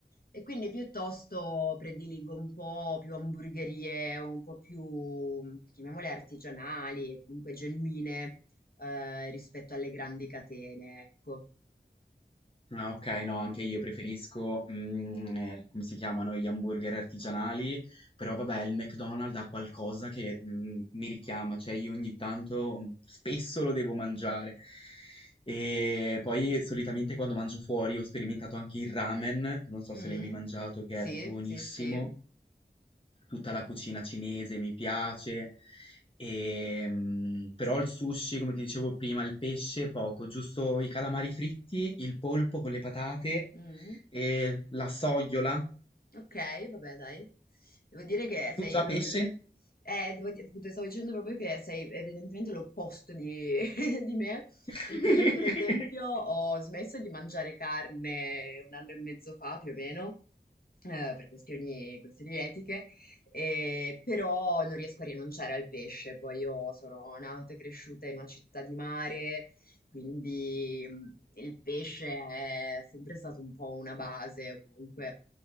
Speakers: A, on the left; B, on the left.
A: e quindi piuttosto prediligo un po' più hamburgerie, un po' più, chiamiamole artigianali, comunque genuine eh, rispetto alle grandi catene, ecco.
B: Ah okay, no, anche io preferisco, mhmm, ehm, come si chiamano, gli hamburger artigianali, però vabbè il McDonald's ha qualcosa che, mhmm, mi richiama, cioè io ogni tanto mm, spesso lo devo mangiare. E poi solitamente quando mangio fuori ho sperimentato anche il ramen, che non so
A: Mm?
B: se l'hai mai mangiato, che
A: Sì,
B: è buonissimo.
A: sì, sì.
B: Tutta la cucina cinese mi piace, ehm, però il sushi, come ti dicevo prima, il pesce poco, giusto i calamari fritti, il polpo con le patate
A: Mm.
B: e la sogliola.
A: Ok, vabbè, dai. Devo dire che sei...
B: Tu già
A: lo-
B: pesce?
A: lo- eh, devo di- appunto, stavo dicendo proprio che sei evidentemente l'opposto di, <laughs> di me,
B: <laughs>
A: perché io, per esempio, ho smesso di mangiare carne un anno e mezzo fa, più o meno, eh, per questioni, questioni etiche, e- però non riesco a rinunciare al pesce. Poi io sono nata e cresciuta in una città di mare, quindi mh, il pesce è sempre stato un po' una base, o comunque